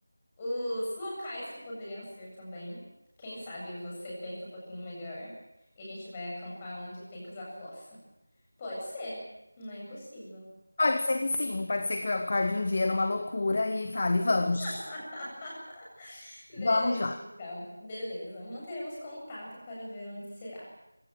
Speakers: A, on the left; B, on the left.
A: Os locais que poderiam ser também. Quem sabe você pensa um pouquinho melhor. E a gente vai acampar onde tem que usar fossa. Pode ser, não é impossível.
B: Pode ser que sim, pode ser que eu acorde um dia numa loucura e fale, vamos,
A: <laughs> Beleza,
B: vamos lá.
A: então. Beleza. Manteremos contato para ver onde será.